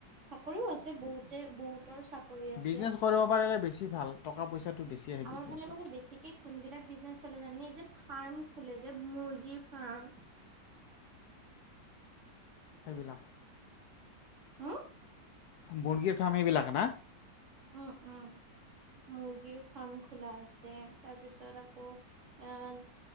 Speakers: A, on the right; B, on the left.
A: চাকৰিও আছে বহুতে বহুতৰ চাকৰি আছে
B: বিজনেছ কৰিব পাৰিলে বেছি ভাল টকা পইচাটো বেছি আহে
A: আমাৰ
B: বিজনেছত
A: ফালে মানে বেছিকে কোনবিলাক বিজনেছত এইফালেজানি এই যে ফাৰ্ম খোলে যে মুৰ্গী ফাৰ্ম
B: সেইবিলাক
A: হা
B: মুগী ফাৰ্ম এইবিলাক না
A: উম উম মুৰ্গীৰ ফাৰ্ম খোলা আছে তাৰপিছত আকৌ এয়া